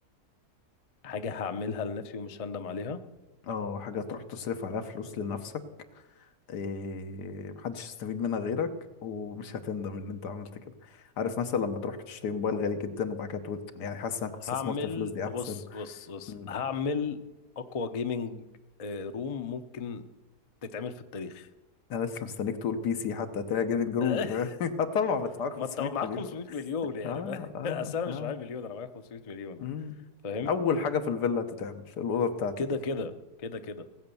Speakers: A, on the left; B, on the left.
A: حاجة هعملها لنفسي ومش هندم عليها
B: اه حاجة تروح تصرف عليها فلوس لنفسك إيه محدش يستفيد منها غيرك ومش هتندم ان انت عملت كده عارف مثلا لما تروح تشتري موبايل غالي جدا وبعد كده تقول يعني حاسس انك كنت استثمرت
A: هعمل
B: الفلوس دي احسن
A: بص بص بص
B: مم.
A: هعمل اقوى جيمنج روم ممكن تتعمل في التاريخ
B: انا لسه مستنيك تقول بي سي حتى تلاقي جيمنج روم
A: <laughs>
B: <laughs> آه طبعا بدفعك 500
A: ما انت معاك
B: مليون
A: 500 مليون يعني
B: اه
A: ما- <laughs>
B: اه
A: اصل انا
B: اه
A: مش معايا مليون انا معايا 500 مليون
B: مم.
A: فاهم
B: اول حاجة في الفيلا تتعمل الأوضة بتاعتي
A: كده
B: دي
A: كده كده كده